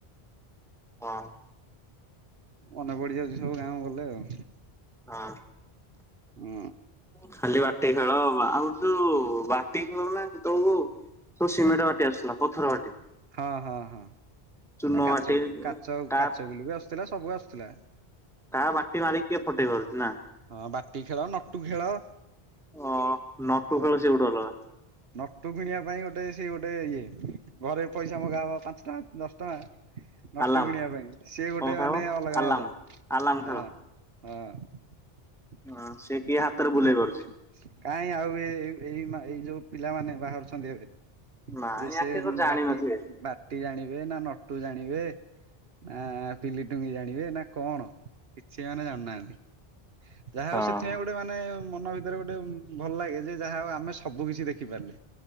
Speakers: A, in the centre; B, on the right.
A: ହଁ।
B: ମନେ ପଡ଼ିଯାଉଛି ସବୁ ଗାଁକୁ ଗଲେ ଆଉ।
A: ହଁ
B: ହୁଁ
A: ଖାଲି ବା ବାଟି ଖେଳ ଆଉ ଯୋଉ ବାଟି ଖେଳୁନାହାନ୍ତି ତମ କୁ? ତୁ ସିମେଟ୍ ବାଟି ଆସୁଥିଲା ପଥର ବାଟି।
B: ହଁ ହଁ ହଁ
A: ଚୂନ
B: କାଚ
A: ବାଟି
B: କାଚ
A: ଟାର
B: କାଚଗୁଲି ବି ଆସୁଥିଲା ସବୁ ଆସୁଥିଲା।
A: ତା ବାଟି ମାରିକି କିଏ ଫଟେଇ ପାରୁଛି ନା।
B: ହଁ ବାଟି ଖେଳ ନଟୁ ଖେଳ।
A: ଓ ନଟୁ
B: ଓ
A: ଖେଳ ସେ ଗୋଟେ ଅଲଗା।
B: ନଟୁ କିଣିବା ପାଇଁ ଗୋଟେ ସେ ଗୋଟେ ଇଏ ଘରେ ପଇସା ମଗାହବ ପାଞ୍ଚ ଟଙ୍କା ଦଶ ଟଙ୍କା। ନଟୁ
A: ଆଲାମ
B: କିଣିବା ପାଇଁ ସେ ଗୋଟେ
A: କଣ ଖାଇବ
B: ମାନେ ଅଲଗା
A: ଆଲାମ
B: ମଜା
A: ଆଲାମ ଖେଳ
B: ହଁ। ହଁ ଆଉ
A: ହଁ ସେ କିଏ ହାତରେ ବୁଲେଇ ପାରୁଛି
B: କାହିଁ ଆଉ ଏ ଏଇ ଏଇ ଯୋଉ ପିଲାମାନେ ବାହାରୁଛନ୍ତି ଏବେ।
A: ନାଇଁ
B: ଏ
A: ୟାଙ୍କେ
B: ସେ
A: କଣ ଜାଣିନଥିବେ।
B: ବାଟି ବା ମାଟି ଜାଣିବେ ନା ନଟୁ ଜାଣିବେ ନା ପିଲି ଟୁଙ୍ଗି ଜାଣିବେ ନା କଣ? କିଛି ମାନେ ଜାଣୁନାହାନ୍ତି ଯାହା ହୋଉ
A: ହଁ
B: ସେଥିପାଇଁ ଗୋଟେ ଗୋଟେ ମାନେ ମନ ଭିତରେ ଗୋଟେ ଭଲ ଲାଗେ ଯେ ଯାହା ଆମେ ସବୁ କିିଛି ଦେଖିପାରିଲେ।